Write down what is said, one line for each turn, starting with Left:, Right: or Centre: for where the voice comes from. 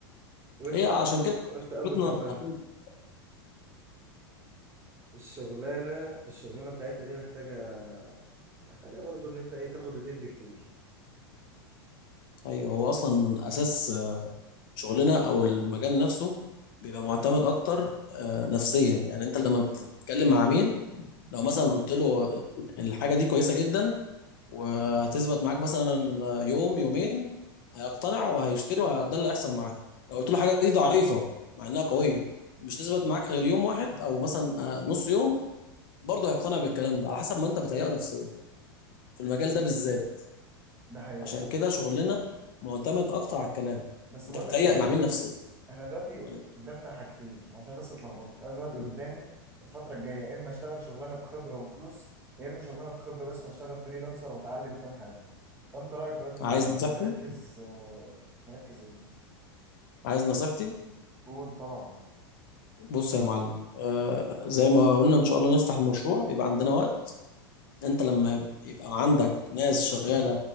Right: وانت
Left: هي عشان كده
Right: وانت ابو
Left: شركتنا
Right: التفاهم
Left: بتعتمد-
Right: الشغلانه في الشغلانه بتاعتنا دي محتاجه محتاجه برضو ان انت ايه تاخد وتدي كتير
Left: ايوه هو اصلا اساس شغلنا او المجال نفسه بيبقى معتمد اكتر آه، نفسيا يعني انت لما بتتكلم مع عميل لو
Right: مم.
Left: مثلا قلت له الحاجه دي كويسه جدا وهتثبت معاك مثلا يوم يومين هيقتنع وهيشتري وده اللي هيحصل معاه لو قلت له حاجه دي ضعيفه مع انها قويه مش تثبت معاك غير يوم واحد او مثلا آه، نص يوم برضه هيقتنع بالكلام ده على حسب ما انت بتهيئه نفسيا في المجال ده بالذات
Right: ده حقيقة
Left: عشان كده شغلنا معتمد اكتر على الكلام
Right: بس
Left: انت
Right: بقول
Left: بتهيئ
Right: لك ايه
Left: العميل نفسيا
Right: احنا دلوقتي
Left: قول لي
Right: قدامنا حاجتين عشان بس اتلخبطت انا دلوقتي
Left: مم.
Right: قدامي الفترة الجاية يا اما اشتغل شغلانة بخبرة وفلوس يا اما شغلانة بخبرة بس واشتغل فريلانسر واتعلم كام حاجة فانت رأيك دلوقتي ان
Left: عايز
Right: احنا
Left: نصيحتي
Right: نركز آه، نركز ايه؟
Left: عايز نصيحتي
Right: قول طبعا
Left: بص يا معلم آه زي ما قلنا ان شاء الله نفتح المشروع يبقى عندنا وقت انت لما يبقى عندك ناس شغاله